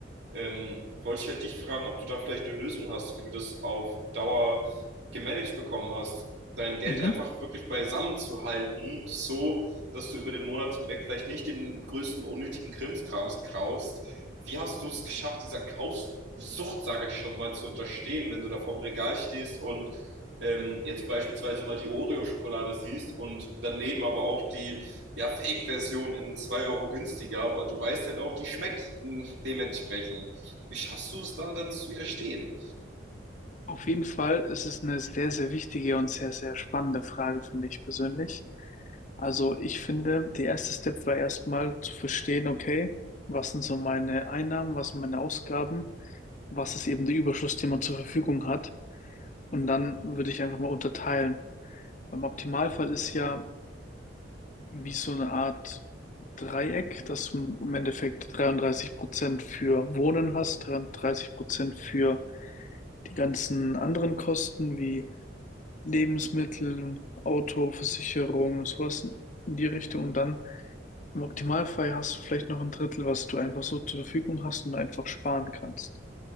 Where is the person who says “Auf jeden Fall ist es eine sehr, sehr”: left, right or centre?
Left